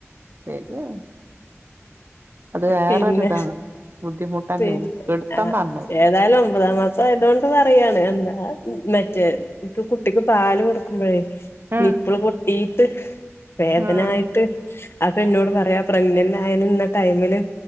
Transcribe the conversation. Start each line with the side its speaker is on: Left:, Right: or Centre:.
Right: ശരിയാണ്.. അത് വേറൊരിതാണ്
Left: പിന്നെ
Right: ബുദ്ധിമുട്ടന്നെണ്...
Left: പിന്നെ
Right: എടുത്തന്നറഞ്ഞത്
Left: ആഹ് ഏതായാലും ഒമ്പതാം മാസം ആയതോണ്ട് പറയാണ് എന്താ മറ്റേ ഇപ്പ കുട്ടിക്ക് പാല് കൊടു ക്കുമ്പഴേ
Right: ആഹ്
Left: നിപ്പള് പൊട്ടീട്ട് വേദനായിട്ട്
Right: ആഹ്
Left: അതെന്നോട് പറയാ പ്രഗ്നന്റ് ആയിര്ന്ന ടൈമില്